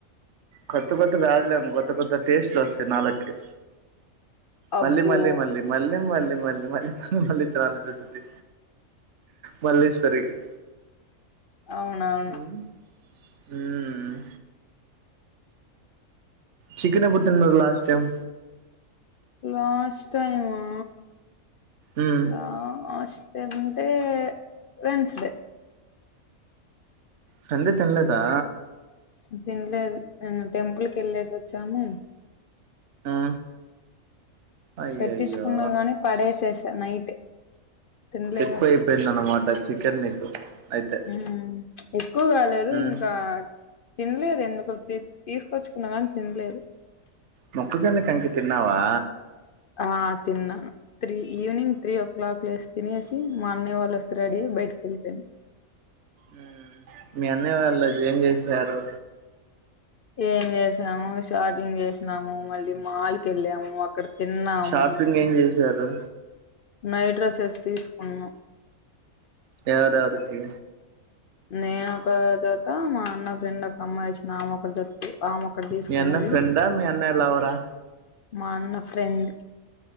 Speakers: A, on the right; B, on the left.
A: కొత్త కొత్త వ్యాదులేము కొత్త కొత్త టేస్ట్లు వస్తాయి నాలుకి
B: అబ్బో
A: మళ్ళీ మళ్ళీ మళ్ళీ మళ్ళీ మళ్ళీ మళ్ళీ మళ్ళీ మళ్ళీ తినాలనిపిస్తది. మల్లేశ్వరికి
B: అవునవును
A: వ్మ్ ఉమ్ చికన్ ఎప్పుడు తిన్నారు లాస్ట్ టైమ్
B: లాస్ట్ టైమ్ ఆ
A: మ్మ్
B: లాష్ వెంటే వేనెస్డే
A: సండే తినలేదా
B: తిడ్లేదు నేను టెంపుల్కి వెళ్ళేసి వచ్చాము
A: ఆ అయ్యాయయో
B: పెట్టించుకున్నా గాని పడేసేసా నైట్ తినలేదు
A: ఎక్కువ
B: అసలు
A: అయిపోయింది అన్నమాట చికెన్ నీకు అయితే
B: ఉమ్ ఎక్కువ కాలేదు
A: ఉమ్
B: ఇంకా తినలేదు ఎందుకో తీసుకొచ్చుకున్నా కాని తినలేదు.
A: మొక్కుజోన్న కంకి తిన్నావా
B: ఆ తిన్నాను three evening three o'clock లేసి తినేసి మా అన్నయ వాళ్ళు వస్ రెడి బయటికెల్పేయాను
A: వ్మ్ మీ అన్నయ్య వాళ్ళు ఏం చేసారు
B: ఏం చేసాము షాపింగ్ జేసినాము మళ్ళీ మాల్ కి వెళ్ళాము అక్కడ తిన్నాము
A: షాపింగ్ ఏం చేశారు
B: నైట్ డ్రెస్సెస్ తీసుకున్నా
A: ఎవరేవరికి
B: నేనొక ఒక జత మా అన్న ఫ్రెండ్ ఒక అమ్మాయి వచ్చిన్న అమో ఒక జత ఆమో ఒక్కటి తీసుకున్నది
A: మీ అన్న ఫ్రెండా మీ అన్నయ్య లవరా
B: మా అన్న ఫ్రెండ్